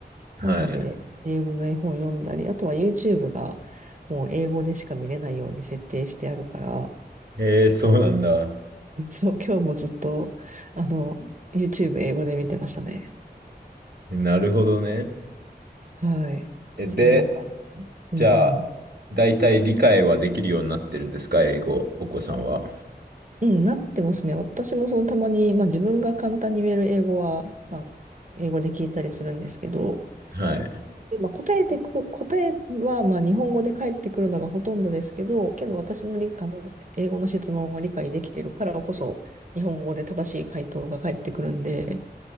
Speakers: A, on the right (about 65°); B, on the right (about 45°).
A: はい
B: なんで、英語の絵本読んだり、あとは YouTube がもう英語でしか見れないように設定してあるから、
A: ええ、そうなんだ。
B: <laughs> そう、今日もずっと、あの、YouTube 英語で見てましたね。
A: えなるほどね。
B: はい。
A: え、で、
B: そんな感じ。うんうん。
A: じゃあ、大体理解はできるようになってるんですか、英語、お子さんは。
B: うん、なってますね。私もそのたまに、まあ自分が簡単に言える英語は、まあ英語で聞いたりするんですけど、
A: はい。
B: でまあ、答えてく、答えはまあ日本語で返ってくるのがほとんどですけど、けど私のり、あの英語の質問を理解できてるからこそ、日本語で正しい回答が返ってくるんで、